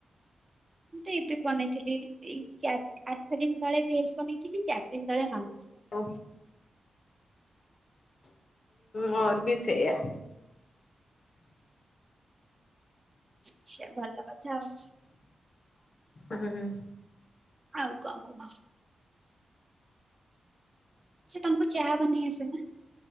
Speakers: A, on the right; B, on the left.
A: ମୁଁ ତ ଏବେ ବନେଇଥିଲି ଏଇ ଚ ଆଠ ଦିନ ତଳେ ଭେଜ ବନେଇଥିଲି, ଚାରି ଦିନ ତଳେ ନ
B: ହଁ। ହୁଁ ବି ସେଇ ଆ
A: ଆଛା ଭଲ କଥା ଆଉ।
B: ହୁଁ ହ।
A: ଆଉ କ ଆଉ କ ଆଛା ତମକୁ ଚାହା ବନେଇ ଆସେ ନା?